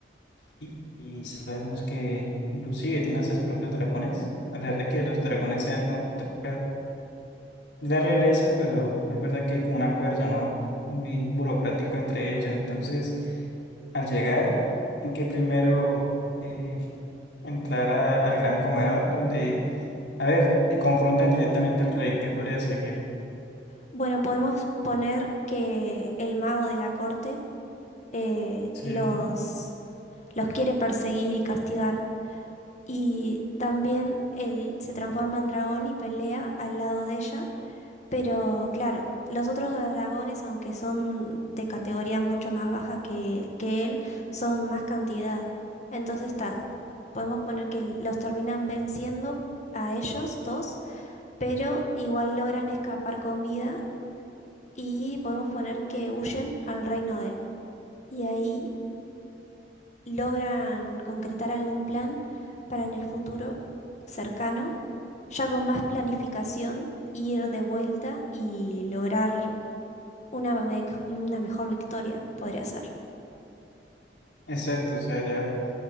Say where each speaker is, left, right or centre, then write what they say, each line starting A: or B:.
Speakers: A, on the left; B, on the left.
A: y, y sabemos que inclusive tiene hasta sus propios dragones, a pesar de que los dragones sean otras la realeza, pero es verdad que hay como un acuerdo, ¿no? Muy burocrático entre ellos. Entonces, al llegar, tienen que primero eh, entrar a- al gran comedor, donde, a ver, confrontan directamente al rey, ¿qué podría seguir?
B: Bueno, podemos poner que el mago de la corte eh,
A: Sí,
B: los, los quiere perseguir y castigar Y también él se transforma en dragón y pelea al lado de ella. Pero claro, los otros dragones, aunque son de categoría mucho más baja que, que él, son más cantidad. Entonces está, podemos poner que los terminan venciendo a ellos dos, pero igual logran escapar con vida y podemos poner que huyen al reino de él. Y ahí logran concretar algún plan para en el futuro cercano, ya con más planificación, ir de vuelta y lograr una, vec- una mejor victoria, podría ser.
A: exacto, o sea, ya